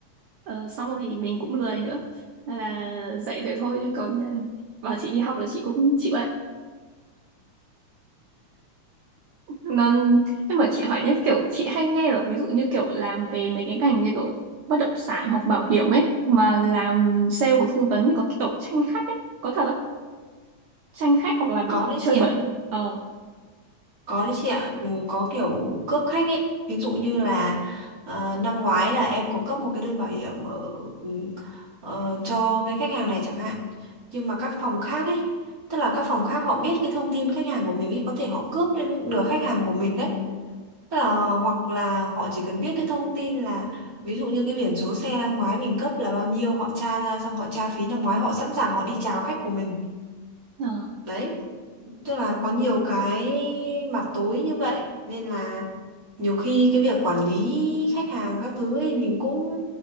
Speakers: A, on the right; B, on the right.
A: Ờ, xong rồi thì mình cũng lười nữa nên là dạy thế thôi chứ còn ờ, bảo chị đi học là chị cũng chịu đấy nên nhưng mà chị hỏi nhé kiểu chị hay nghe là ví dụ như kiểu làm về mấy cái ngành như kiểu bất động sản hoặc bảo hiểm ấy mà làm sale hoặc tư vấn thì có kiểu tranh khách ấy có thật không tranh khách hoặc là bị
B: Có đấy
A: chơi
B: chị ạ.
A: bẩn ờ
B: Có đấy chị ạ, ừ, có kiểu cướp khách ấy. Ví dụ như là ờ, năm ngoái là em có cấp một cái đơn bảo hiểm ở, ừ, ờ, cho cái khách hàng này chẳng hạn. Nhưng mà các phòng khác ấy, tức là các phòng khác họ biết cái thông tin khách hàng của mình ấy, có thể họ cướp đến được khách hàng của mình đấy. Tức là hoặc là họ chỉ cần biết cái thông tin là ví dụ như cái biển số xe năm ngoái mình cấp là bao nhiêu, họ tra ra xong họ tra phí năm ngoái, họ sẵn sàng họ đi chào khách của mình.
A: ờ.
B: Đấy, tức là có nhiều cái mặt tối như vậy nên là nhiều khi cái việc quản lý khách hàng các thứ ấy mình cũng